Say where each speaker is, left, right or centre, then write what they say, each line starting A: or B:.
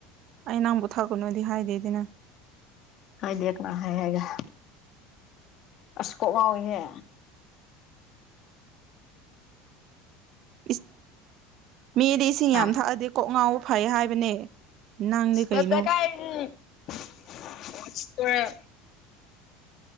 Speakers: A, on the right (about 55°); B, on the left (about 50°).
A: ꯑꯩ ꯅꯪꯕꯨ ꯊꯥꯛꯀꯅꯨꯗꯤ ꯍꯥꯏꯗꯦꯗꯅ
B: ꯍꯥꯏꯗꯦ ꯀꯅꯥ ꯍꯥꯏ ꯍꯥꯏꯒꯦ ꯑꯁ ꯀꯣꯛ ꯉꯥꯎꯋꯤꯍꯦ
A: ꯏꯁ ꯃꯤꯗꯤ ꯏꯁꯤꯡ
B: ꯑ
A: ꯌꯥꯝ ꯊꯛꯑꯗꯤ ꯀꯣꯛ ꯉꯥꯎꯕ ꯐꯩ ꯍꯥꯏꯕꯅꯦ ꯅꯪꯗꯤ
B: ꯑꯁ ꯀꯦꯝꯇ
A: ꯀꯩꯅꯣ
B: ꯀꯥꯏꯗꯒꯤ <unintelligible> ꯋꯥꯊꯤ ꯋꯥꯔꯦꯝ